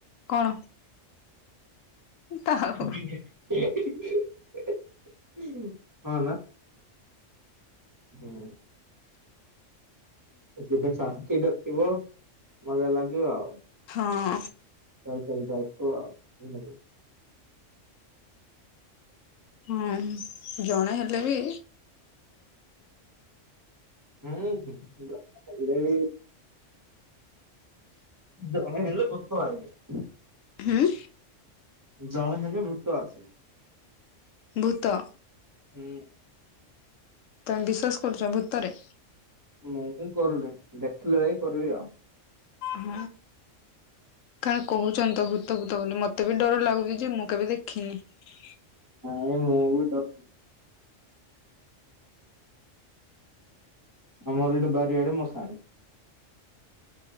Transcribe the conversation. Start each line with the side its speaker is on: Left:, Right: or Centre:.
Left: କଣ ତା ହଉ
Right: <unintelligible> ହଁ ନା? ହୁଁ। ଗୋଟେ ସାଥୀ ଟେ ଥିବ, ମଜା ଲାଗିବ ଆଉ।
Left: ହଁ।
Right: ଚାଲି <unintelligible>
Left: ହୁଁ ଜଣେ ହେଲେ ବି
Right: ହୁଁ ହୁଁ ଜଣେ ହେଲେ ବି ଜଣେ ହେଲେ <unintelligible>
Left: ହୁଁ?
Right: ଜଣେ ହେଲେ ଭୂତ ଆସିବ।
Left: ଭୂତ।
Right: ହୁଁ।
Left: ତମେ ବିଶ୍ବାସ କରୁଛ ଭୂତରେ?
Right: ମୁଁ କରୁନି ଦେଖିଲେ ଯାଇ କରିବି ଆଉ।
Left: ହଁ। କାଣ କହୁଛନ୍ତି ଭୂତ ଭୂତ ବୋଲି, ମତେ ବି ଡର ଲାଗୁଛି ଯେ ମୁଁ କେବେ ଦେଖିନି।
Right: ନାଇ ମୁଁ ବି ଡ ଆମର ଏଇଡେ ବାରିଆଡେ ମଶାଣି।